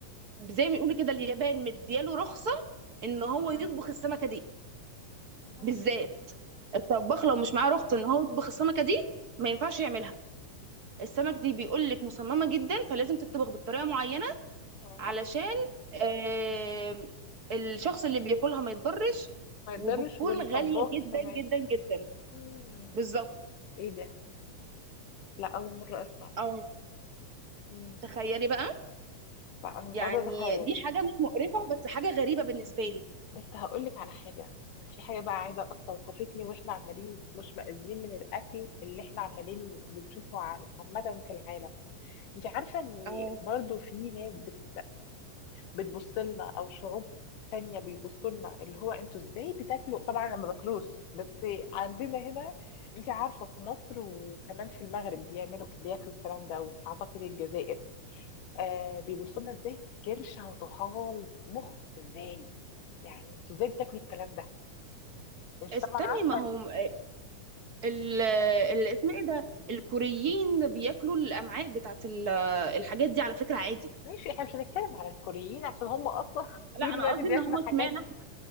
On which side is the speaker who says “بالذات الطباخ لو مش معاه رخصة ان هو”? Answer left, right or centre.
Right